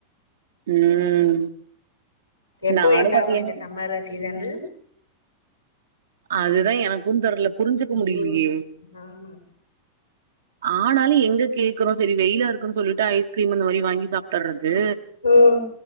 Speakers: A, on the right; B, on the left.
A: ம்
B: எப்போ
A: நானு
B: எண்ட்
A: பாத்திலேனு
B: ஆகு இந்த சம்மர் சீசனு
A: அதுதா எனக்கு தெர்ல புரிஞ்சுக்க முடிலியே
B: ஜூன் ஆமா
A: ஆனாலு எங்க கேக்குறோ சரி வெயிலா இருக்குன் சொல்லிட்டு ஐஸ்கிரீம் அந்த மாரி வாங்கி சாப்ட்டுறது
B: ம்